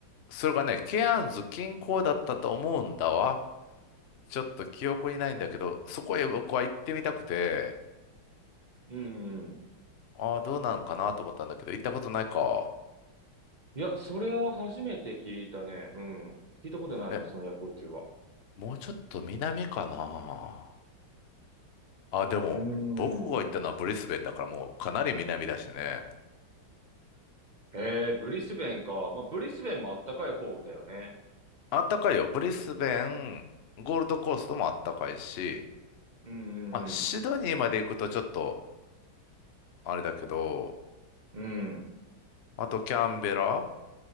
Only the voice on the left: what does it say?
それがね、ケアンズ近郊だったと思うんだわ。ちょっと記憶にないんだけど、そこへ僕は行ってみたくて、
ああ、どうなんかなと思ったんだけど、行ったことないか。
え、
もうちょっと南かな。あ、でも、
僕が行ったのはブリスベンだからもうかなり南だしね。
あったかいよ。ブリスベン、ゴールドコーストもあったかいし、
まあ、シドニーまで行くとちょっと、あれだけど、
あとキャンベラ、